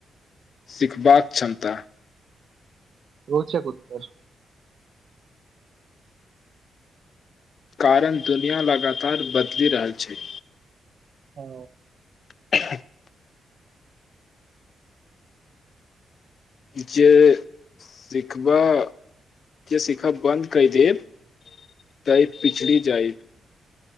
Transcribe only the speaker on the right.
रौचक उत्तर
ओ